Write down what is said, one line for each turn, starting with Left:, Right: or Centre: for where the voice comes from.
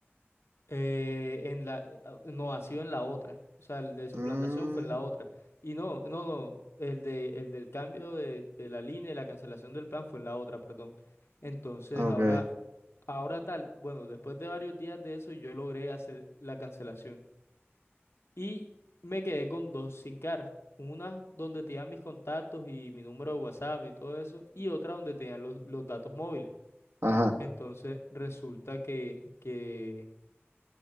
Left: Eh, en la, ah, no, ha sido en la otra. O sea, el de suplantación
Right: Mm.
Left: fue en la otra. Y no, no, no, el de, el del cambio de, de la línea y la cancelación del plan fue en la otra, perdón. Entonces
Right: Ok,
Left: ahora, ahora tal, bueno, después de varios días de eso yo logré hacer la cancelación. Y me quedé con dos SIM cards. Una donde tenían mis contactos y mi número de WhatsApp y todo eso. Y otra donde tenían los, los datos móviles.
Right: ajá.
Left: Entonces resulta que, que,